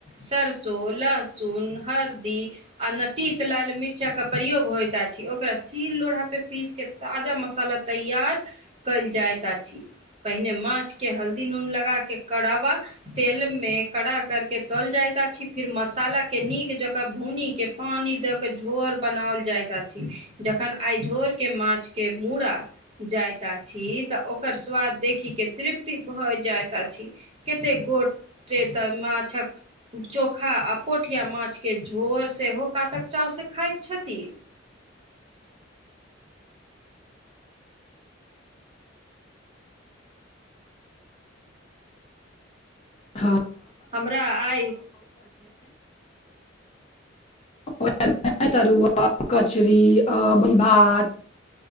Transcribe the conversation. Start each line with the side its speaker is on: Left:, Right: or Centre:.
Right: सरसों, लहसुन, हरदी आ न तीत लाल मिर्चाके प्रयोग होयत आछि ओकरा सील लोढ़ा पे पीस के ताजा मसाला तैयार कैल जाइत आछि पहिने माछ के हल्दी नून लगा के करावा तेल मे कड़ा करके तल जायत आछी फिर मसाला के नीक जकाँ भूनी के पानी दे के झोर बनाओल जाइत आछि। जखन आइ झोर के माछ के मुड़ा जायत आछी तऽ ओकर स्वाद देखिक के तृप्ति भऽ जायत आ छी कते गोट तऽ माछक चोखा आ पोठिया माछके झोर सेहो कातक चाव से खाइत छथि।
Left: <inaudible>
Right: हमरा आइ
Left: वाहमे तरुआ कचरी आभीभात